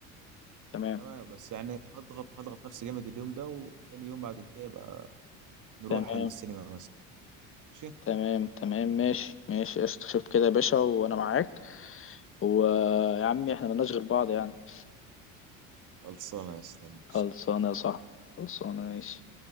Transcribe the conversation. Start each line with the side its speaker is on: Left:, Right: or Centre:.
Left: تمام
Right: تمام بس يعني هضغط هضغط نفسي جامد اليوم ده وتاني يوم بعد كده يبقى نروح
Left: تمام
Right: على السينما مثلا ماشي
Left: تمام تمام ماشي ماشي قشطة شوف كده يا باشا وانا معاك ويا عمي احنا ملناش غير بعض يعني
Right: خلصانه يا اسلام
Left: خلصانة يا صاحبي خلصانة ماشي